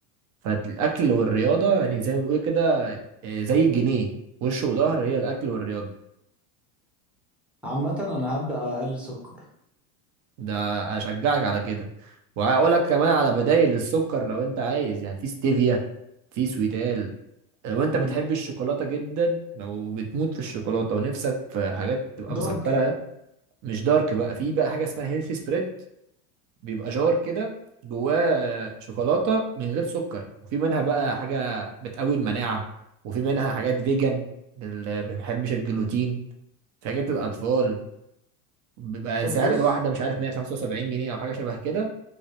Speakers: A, on the right (about 45°); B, in the centre.
A: فالاكل والرياضه يعني زي ما بيقول كده آه، زي الجنيه وش وظهر هي الاكل والرياضه
B: عامة انا هبدأ اقلل سكر
A: ده اشجعك على كده وهقول لك كمان على بدائل السكر لو انت عايز يعني في ستيفيا في سويتال لو انت
B: امم
A: بتحب الشوكولاته جدا لو بتموت في الشوكولاته ونفسك في حاجات تبقى
B: دارك
A: مسكره
B: يعني
A: مش دارك بقى في بقى حاجه اسمها هيلثي سبريد بيبقى جار كده جواه شوكولاته من غير سكر وفي منها بقى حاجه بتقوي المناعه وفي منها حاجات فيجن اللي ما بيحبش الجلوتين في حاجات الاطفال بيبقى
B: طب
A: سعر
B: بص
A: الواحده مش عارف 175 جنيه او حاجه شبه كده